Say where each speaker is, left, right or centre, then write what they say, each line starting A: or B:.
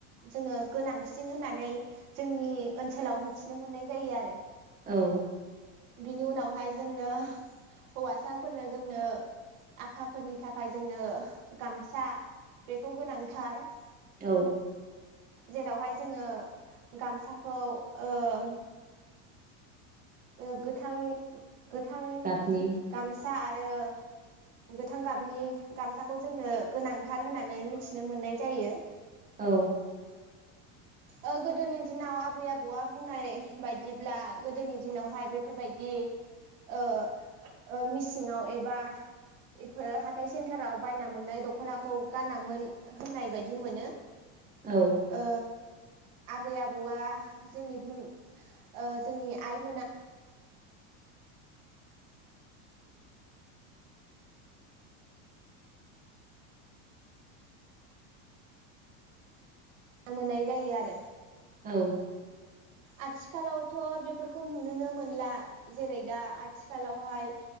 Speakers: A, on the right (about 70°); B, on the right (about 20°).
A: जोङो गोनांसिन होननानै जोंनि ओनसोलाव मिथिनो मोननाय जायो आरो
B: औ
A: बिनि उनावहाय जोंनो हौवासाफोरनो जोंनो आफाफोरनि थाखाय जोंनो गामसा बेखौ गोनांथार
B: औ
A: जेरावहाय जोङो गामसाखौ ओम ओ गोथां गोथां
B: गाबनि
A: गामसा आरो गोथां गाबनि गामसाखौ जोंनो गोनांथार होननानै मिथिनो मोननाय जायो
B: औ
A: ओ गोदोनि दिनाव आबै आबौआ बुंनाय बायदिब्ला गोदोनि दिनावहाय बेफोरबायदि ओ ओ मिसिङाव एबा एफोर हाथाय सेन्टाराव बायना मोननाय दखनाखौ गानामोन होननाय बायदि मोनो
B: औ
A: ओ आबै आबौआ जोंनि बिम ओ जोंनि आइ मोना ना मोननाय जायो आरो
B: औ
A: आथिखालावथ बेफोरखौ नुनोनो मोनला जेरै दा आथिखालावहाय